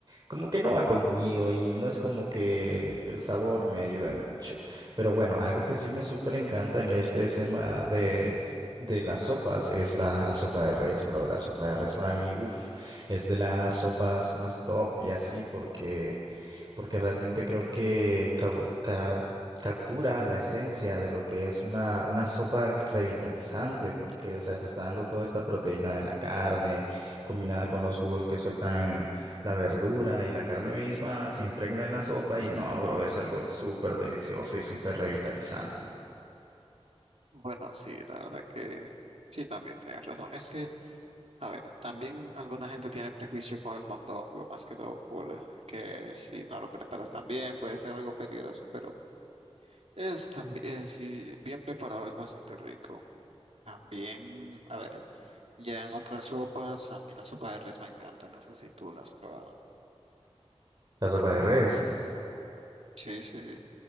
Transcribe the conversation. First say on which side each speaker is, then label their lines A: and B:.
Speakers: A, on the right (about 40°); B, on the right (about 70°).
A: como que no va conmigo y no es como que el sabor me ayude mucho. Pero bueno, algo que sí me súper encanta en este tema de, de las sopas es la, la sopa de res, bro. La sopa de res para mí, uff, es de las sopas más top y así porque, porque realmente creo que cau- ca- captura la esencia de lo que es una, una sopa revitalizante porque, o sea, te está dando toda esta proteína de la carne combinada con los jugos que sueltan la verdura y la carne misma se impregna en la sopa y no, bro, es algo súper delicioso y súper revitalizante.
B: bueno, sí, la verdad que sí, también tienes razón. Es que A ver, también alguna gente tiene prejuicio con el mondongo, más que todo por eh, que si no lo preparas tan bien puede ser algo peligroso, pero es también, si bien preparado es bastante rico. También, a ver, ya en otras sopas, a mí la sopa de res me encanta, no sé si tú la has probado.
A: La sopa de res.
B: Sí, sí, sí.